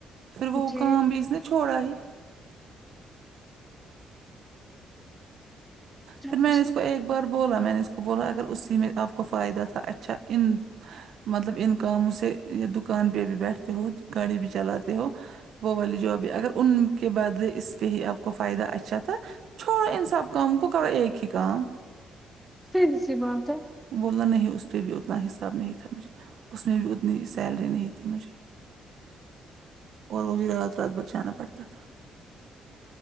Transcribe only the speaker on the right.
پھر وہ
کام بھی اس نے چھوڑا ہی
پھر میں
نے اس کو ایک بار بولا میں نے اس کو بولا اگر اسی میں آپ کو فائدہ تھا اچھا ان مطلب ان کاموں سے دکان پے بھی بیٹھتے ہو گاڑی بھی چلاتے ہو وہ والی جو ابھی اگر ان کے بادلے اس پے ہی آپ کو فائدہ اچھا تھا چھوڑو ان سب کم کو کرو ایک ہی کام
بولنا نہیں اس پے بھی اتنا حساب نہیں تھا مجھے اس میں بھی اتنی سیلری نہیں تھی مجھے اور وہ بھی رات رات بھر جانا پڑتا تھا